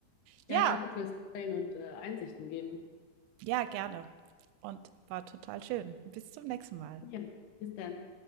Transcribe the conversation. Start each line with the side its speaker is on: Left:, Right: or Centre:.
Right: Ja,
Left: Ja, danke fürs Teilen und äh, Einsichten geben.
Right: ja, gerne und war total schön. Bis zum nächsten Mal.
Left: Ja, Bis dann.